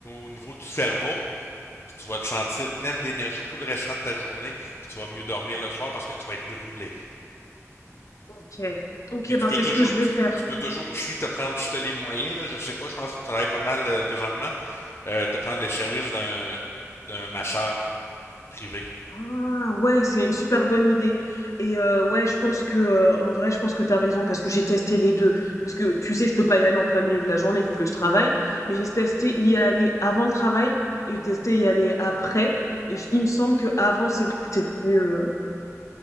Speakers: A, on the left (about 50°); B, on the left (about 75°).
A: au niveau du cerveau. Puis tu vas te sentir pleine d'énergie tout le restant de ta journée. Puis tu vas mieux dormir le soir parce que tu vas être brûlé.
B: OK. OK,
A: Puis tu
B: ben,
A: peux
B: c'est
A: toujours,
B: ce que je vais
A: tu,
B: faire.
A: tu peux toujours aussi te prendre, si tu as les moyens, là, je sais pas, je pense que tu travailles pas mal euh, présentement, euh, te prendre les services d'un d'un masseur privé.
B: Ah ouais, c'est une super bonne idée. Et euh, ouais, je pense que euh, en vrai, je pense que t'as raison parce que j'ai testé les deux. Parce que tu sais, je peux pas y aller en plein milieu de la journée vu que je travaille, mais j'ai testé y aller avant le travail et testé y aller après. Et j- il me semble que avant, c'est vrai que c'était mieux. euh,